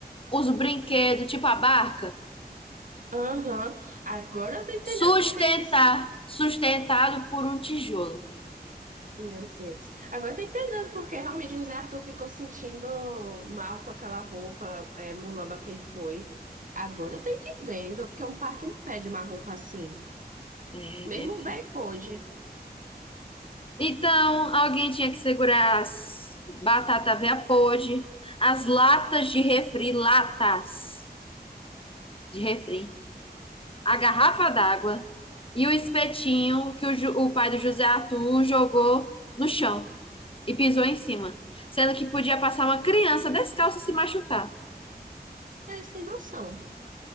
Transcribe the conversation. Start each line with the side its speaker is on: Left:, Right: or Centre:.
Left: os brinquedos, tipo a barca,
Right: Aham, Agora eu tô entendendo
Left: sustentar,
Right: porque eles se
Left: sustentado por um tijolo.
Right: Meu Deus. Agora eu tô entendendo porque realmente o Zé Arthur ficou sentindo mal com aquela roupa é, mulamba que ele foi. Agora eu tô entendendo, porque um parque não pede uma roupa assim.
Left: É,
Right: Mesmo
Left: minha filha.
Right: o velho pôde.
Left: Então, alguém tinha que segurar as batata veia podre, as latas de refri, latas de refri, a garrafa d'água e o espetinho que o, Ju- o pai do José Arthur jogou no chão e pisou em cima, sendo que podia passar uma criança descalça e se machucar.
Right: É sem noção.